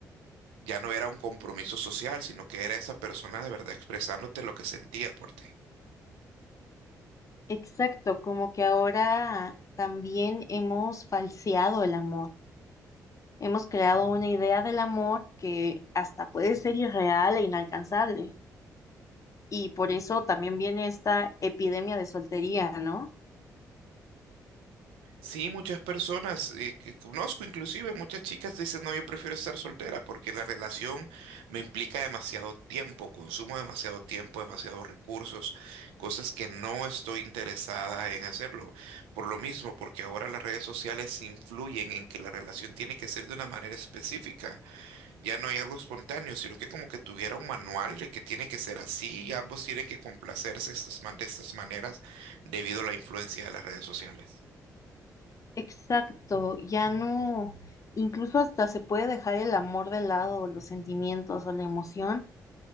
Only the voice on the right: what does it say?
Ya no era un compromiso social, sino que era esa persona de verdad expresándote lo que sentía por ti.
Sí, muchas personas eh, que conozco, inclusive muchas chicas dicen, no, yo prefiero estar soltera porque la relación me implica demasiado tiempo, consumo demasiado tiempo, demasiados recursos, cosas que no estoy interesada en hacerlo. Por lo mismo, porque ahora las redes sociales influyen en que la relación tiene que ser de una manera específica. Ya no hay algo espontáneo, sino que como que tuviera un manual de que tiene que ser así y ambos tienen que complacerse estas man- de estas maneras debido a la influencia de las redes sociales.